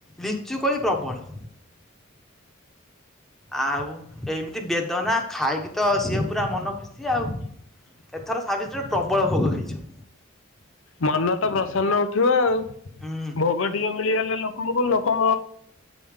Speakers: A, in the centre; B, on the left.
A: ଲିଚୁ କୋଳି ପ୍ରବଳ। ଆଉ ଏମିତି ବେଦନା ଖାଇକି ତ ସିଏ ପୁରା ମନ ଖୁସି ଆଉ। ଏଥର ସାବିତ୍ରୀ ରେ ପ୍ରବଳ ଭୋଗ ଖାଇଛୁ।
B: ମନ ତ ପ୍ରସନ୍ନ ଉଠିବ ଆଉ।
A: ହୁଁ।
B: ଭୋଗ ଟିକେ ମିଳିଗଲେ ଲୋକଙ୍କୁ ଲୋକ